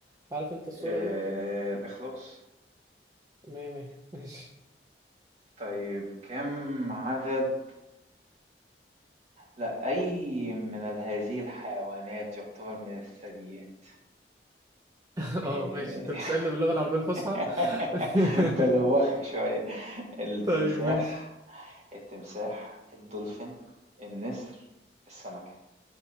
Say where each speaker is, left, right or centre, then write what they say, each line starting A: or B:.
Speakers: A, on the right; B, on the right.
A: عارف انت الصورة
B: آه،
A: دي
B: الإخلاص
A: مية مية ماشي
B: طيب كم عدد لا أي من هذه الحيوانات يعتبر من الثدييات
A: <laughs> اه
B: إيه.
A: ماشي انت بتسألنا باللغة العربية الفصحى
B: <laughs>
A: <laughs>
B: بلوخك شوية التمساح
A: طيب ماشي
B: التمساح الدولفين النسر السمكة